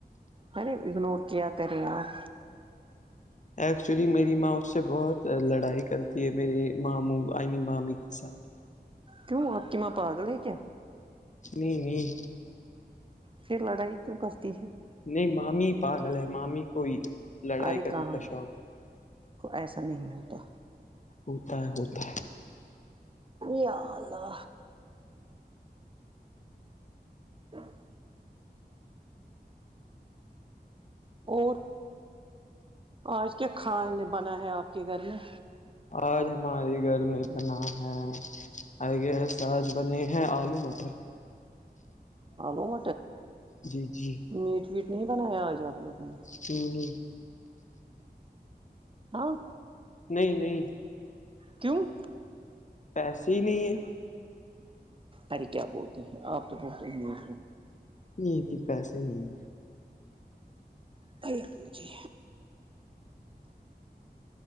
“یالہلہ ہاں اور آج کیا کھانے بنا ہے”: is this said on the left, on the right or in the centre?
Right